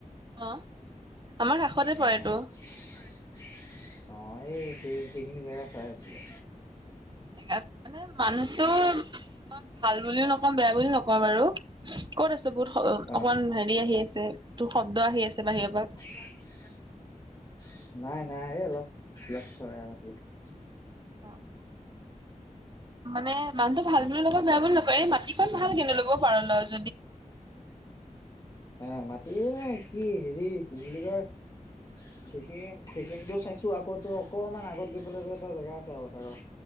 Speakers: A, on the right; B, on the left.
A: অ', আমাৰ খেশৰটে
B: অ'।
A: পৰে টো।
B: অ', এই সেই সেইখিনি জেগা চাই আছিলে।
A: তাত মানে মানুহতো, ইমান ভাল বুলিও নকওঁ বেয়া বুলিও নকওঁ বাৰু। ক'ত আছ? বহুত
B: অ'
A: অকমান হেৰি আহি আছে, তোৰ শব্দ আহি আছে বাহিৰৰ পৰা।
B: <inaudible> নাই নাই এই অলপ, চৰাই মাতি আছে।
A: অ', মানে মানুহটো ভাল বুলি নকওঁ, বেয়া বুলি নকওঁ এই মাটি কত ভাল কিন্তু ল'ব পাৰ লয় যদি।
B: হা মাতি নে কি হেৰি কি বুলি কয়। সেইখিনি সেইখিনিতেও চাইছো, আকৌ অকমান আগত গৈ পেল এটা জেগা আছে আৰু এটা ৰহ